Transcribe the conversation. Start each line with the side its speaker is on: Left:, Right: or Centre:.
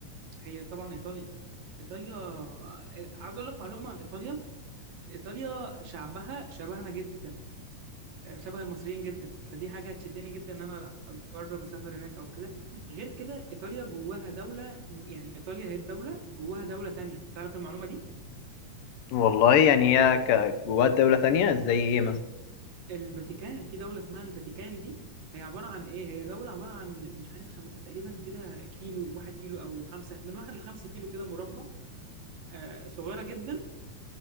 Right: هي طبعا ايطاليا ايطاليا آه، عايز اقول لك معلومه عن ايطاليا ايطاليا شعبها شبهنا جدا آه، شبه المصريين جدا فدي حاجه هتشدني جدا ان انا اجرب اسافر هناك او كده غير كده ايطاليا جواها دوله يعني ايطاليا هي الدوله جواها دوله تانية تعرف المعلومه دي
Left: والله يعني هي ك- جواها دولة تانية زي ايه
Right: الفاتيكان في دولة اسمها الفاتيكان دي هي عبارة عن ايه؟ هي دولة عبارة عن مش عارف خم... تقريبا كده كيلو واحد كيلو او خمسة من واحد لخمسة كيلو كده مربع آه صغيرة جدا